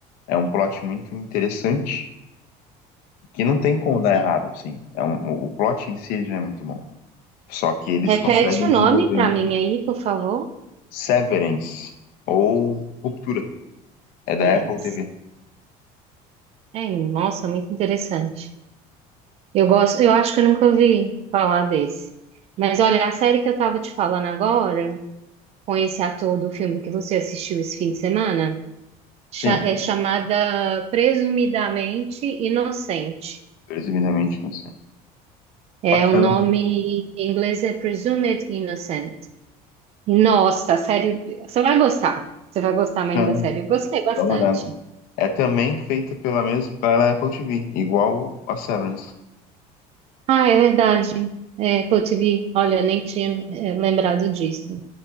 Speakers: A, on the left (about 60°); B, on the right (about 40°).
A: É um plot muito interessante que não tem como dar
B: sim.
A: errado, assim. É um, o plot em si ele já é muito bom. Só que eles
B: Repete
A: conseguem
B: o nome
A: desenvolver
B: para
A: muito.
B: mim aí, por favor,
A: Severance ou Ruptura. É da
B: Berenice.
A: Apple TV.
B: É, nossa, muito interessante. Eu gosto, eu acho que eu nunca ouvi falar desse. Mas olha, a série que eu tava te falando agora, com esse ator do filme que você assistiu esse fim de semana,
A: Sim,
B: cha- é chamada Presumidamente Inocente.
A: presumidamente não sei.
B: É
A: Bacana,
B: o nome em inglês é Presumed Innocent. E nossa, a série, você vai gostar. Você vai gostar mais
A: bacana,
B: da série. Eu gostei bastante.
A: dá uma olhada. É também feita pela mesma, pela Apple TV, igual a Severance.
B: Ah, é verdade. É, Apple TV, olha, nem tinha, é, lembrado disso.